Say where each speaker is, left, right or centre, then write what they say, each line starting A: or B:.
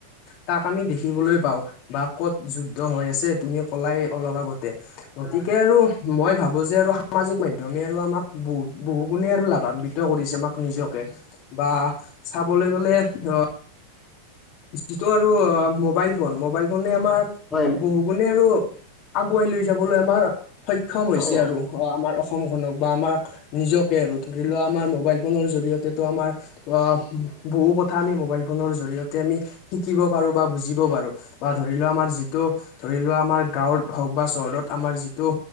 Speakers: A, on the left (about 40°); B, on the left (about 20°).
A: তাক আমি দেখিবলৈ পাওঁ, বা ক'ত যুদ্ধ হৈ আছে তুমি কলাই অলপ আগতে, গতিকে
B: হয়
A: আৰু মই ভাবো যে আৰু সামাজিক মাধ্যমে আৰু আমাক বহুত বহু গুণে আৰু লাভান্বিত কৰিছে আমাক নিজকে। বা চাবলৈ গ'লে অ', যিটো আৰু মোবাইল ফোন, মোবাইল ফনে আমাৰ
B: হয়
A: বহু গুণে আৰু আগুৱাই লৈ যাবলৈ আমাৰ সক্ষম হৈছে
B: হয় হয়
A: আৰু অ', আমাৰ অসম অসমখনক বা আমাক নিজকে আৰু ধৰি লোৱা আমাৰ মবাইল ফোনৰ জৰিয়তেো আমাৰ অ' বহু কথা কথা আমি ম'বাইল ফোনৰ জৰিয়তে আমি শিকিব পাৰোঁ বা বুজিব পাৰোঁ বা ধৰিলো আমাৰ যিটো ধৰি লোৱা আমাৰ গাঁৱত হওক বা চহৰত আমাৰ যিটো